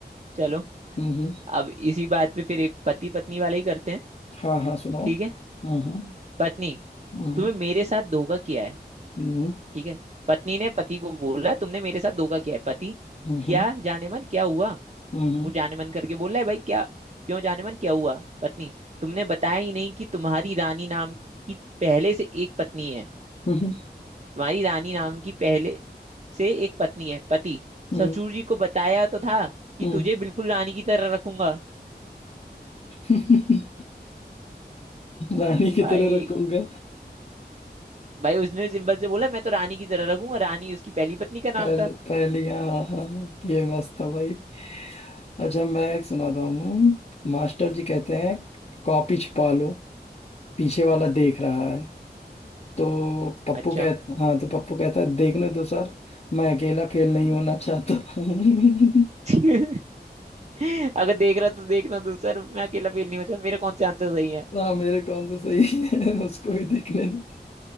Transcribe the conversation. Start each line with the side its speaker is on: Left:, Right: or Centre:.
Right: चलो
Left: हम्म हम्म,
Right: अब इसी बात पे फिर एक पति पत्नी वाला ही करते हैं
Left: हाँ हाँ सुनाओ
Right: ठीक है
Left: हम्म
Right: पत्नी
Left: हम्म
Right: तुम्हें मेरे साथ धोखा किया है
Left: हम्म
Right: ठीक है पत्नी ने पति को बोला तुमने मेरे साथ धोखा किया है पति
Left: हम्म हम्म
Right: क्या
Left: हम्म
Right: जाने मन क्या हुआ
Left: हम्म
Right: वो जाने मन करके बोल रहा है भाई क्या क्यों जाने मन क्या हुआ पत्नी तुमने बताया ही नहीं कि तुम्हारी रानी नाम की पहले से एक पत्नी है
Left: हम्म हम्म हम्म,
Right: तुम्हारी रानी नाम की पहले से एक पत्नी है पति
Left: हम्म,
Right: ससुर जी को बताया तो था कि
Left: हम्म,
Right: तुझे बिल्कुल रानी की तरह रखूंगा
Left: हम्म, रानी की
Right: भाई
Left: तरह रखूंगा
Right: भाई उसने सिंपल से बोला मैं तो रानी की तरह रखूंगा रानी उसकी पहली पत्नी का
Left: पहले
Right: नाम था
Left: पहले हाँ हाँ ये मस्त था भाई अच्छा मैं एक सुनाता हूँ मास्टर जी कहते हैं कॉपी छुपा लो पीछे वाला देख रहा है तो पप्पू
Right: अच्छा
Left: कहता हाँ तो पप्पू कहता है देखने दो सर मैं अकेला फेल नहीं होना चाहता <laughs>
Right: <laughs> <laughs> अगर देख रहा तो देखना तू सर मैं अकेला फील नहीं होता मेरे कौन से आंसर सही है
Left: हाँ मेरे कौन से सही है उसको भी देखने दो